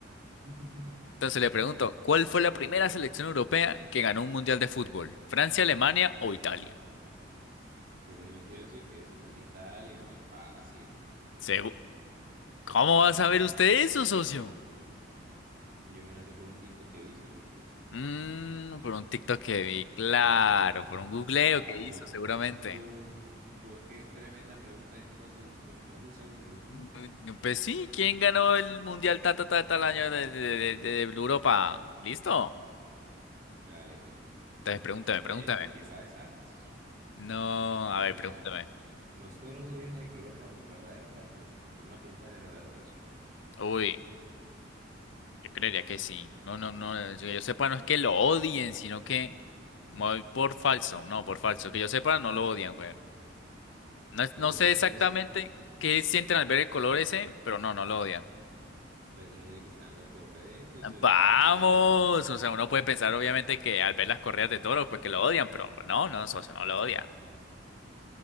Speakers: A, on the right (about 50°); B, on the left (about 70°).
A: <laughs>
B: Entonces le pregunto, ¿cuál fue la primera selección europea que ganó un mundial de fútbol? ¿Francia, Alemania o Italia?
A: Pues déjeme decir, socio, que eso fue en Italia, muy fácil.
B: Segu- ¿Cómo va a saber usted eso, socio?
A: Yo me lancé por un TikTok que hizo, socio.
B: Mm, por un TikTok que vi, claro, por un googleo
A: Ah,
B: que hizo
A: vos,
B: seguramente.
A: vos, vos, que es tremenda pregunta en dos segundos, no en un segundo.
B: Mm, Pues sí, ¿quién ganó el mundial ta ta ta tal año de, de, de- de Europa? ¿Listo?
A: Dale, socio.
B: Entonces pregúntame,
A: Pues
B: pregúntame.
A: que el que sabe, sabe, socio.
B: No, a ver,
A: Mira,
B: pregúntame.
A: socio. Los toros odian el color rojo, ¿verdadero o falso, socio? Pero una pregunta de verdadero o falso.
B: Uy. Yo creería que sí. No, no, no. eh, Que yo sepa, no es que lo odien, sino que me voy por falso. No, por falso. Que yo sepa, no lo odian, güey. No, es-
A: Puede
B: no sé
A: decir,
B: exactamente
A: socio.
B: qué sienten al ver el color ese, pero no, no lo odian.
A: Puede decir que está en lo correcto, socio.
B: Vamos.
A: Muy bien.
B: O sea, uno puede pensar, obviamente, que al ver las correas de toros, pues que lo odian, pero no, no, socio, no lo odian.